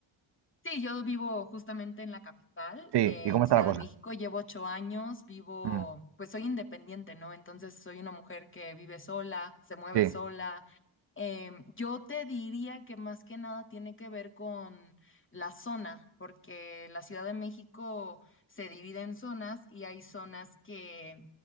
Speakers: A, on the left; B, on the right.
A: Sí, yo vivo justamente en la capital,
B: Sí,
A: en
B: ¿y cómo está
A: Ciudad
B: la cosa?
A: de México. Llevo ocho años, vivo,
B: Mm,
A: pues soy independiente, ¿no? Entonces soy una mujer que vive sola, se mueve
B: sí,
A: sola. Em, yo te diría que más que nada tiene que ver con la zona, porque la Ciudad de México se divide en zonas y hay zonas que,